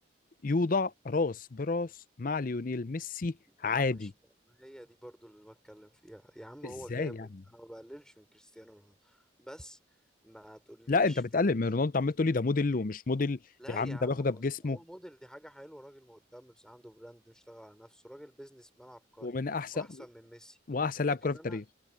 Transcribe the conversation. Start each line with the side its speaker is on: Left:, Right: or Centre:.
Left: يوضع راس براس مع ليونيل ميسي عادي
Centre: انا مش ما هي دي برضو اللي بتكلم فيها يا عم
Left: ازاي
Centre: هو جامد
Left: يعني
Centre: انا ما بقللش من كريستيانو رونالدو بس ما تقوليش
Left: لا انت بتقلل
Centre: فك
Left: من رونالدو عمال تقول لي ده موديل ومش موديل
Centre: لا
Left: يا عم
Centre: يا عم
Left: ده باخدها
Centre: بقول
Left: بجسمه
Centre: هو موديل دي حاجه حلوه راجل مهتم بس عنده براند مشتغل على نفسه راجل بيزنس مان عبقري
Left: ومن احسن
Centre: واحسن من ميسي
Left: واحسن
Centre: لكن
Left: لاعب كره في
Centre: انا
Left: التاريخ